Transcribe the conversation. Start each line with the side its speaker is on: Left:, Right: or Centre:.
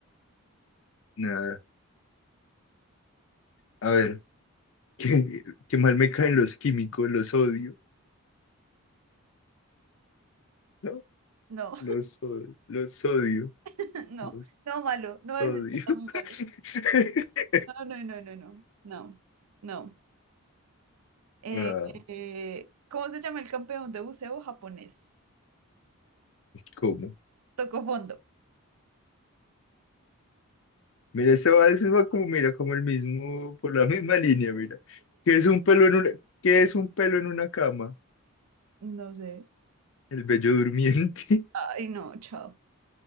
Left: Nada. A ver, <laughs> qué, qué mal me caen los químicos, los odio. ¿No?
Right: No,
Left: Los, o- los odio.
Right: <laughs> no,
Left: Los
Right: no, malo, no es,
Left: odio.
Right: está muy
Left: <laughs>
Right: malo. No, no, no, no, no, no, no. Eh,
Left: Ah,
Right: eh, ¿cómo se llama el campeón de buceo japonés?
Left: ¿cómo?
Right: Tocó fondo.
Left: Mira, este va, ese va como, mira, como el mismo, por la <laughs> misma línea, mira. ¿Qué es un pelo en una, qué es un pelo en una cama?
Right: No sé.
Left: El bello durmiente.
Right: Ay, no, chao.